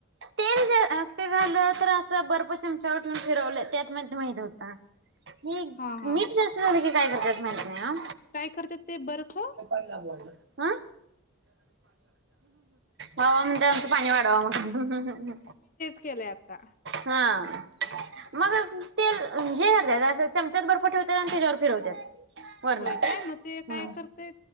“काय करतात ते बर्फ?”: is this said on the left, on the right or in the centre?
Left